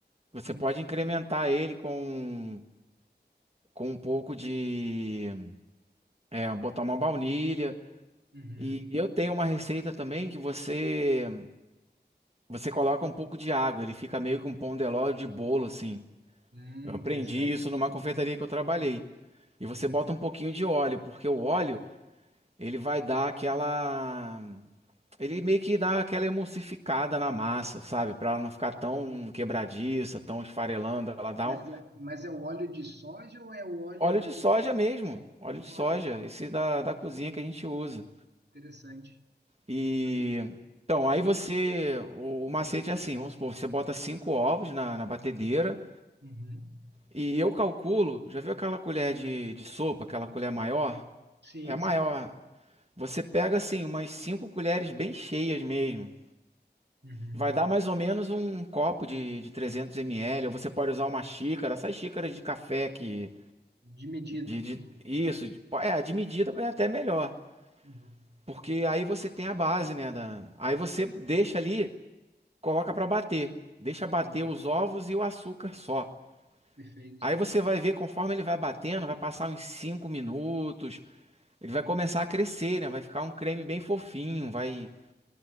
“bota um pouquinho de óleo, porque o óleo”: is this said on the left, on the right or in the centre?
Right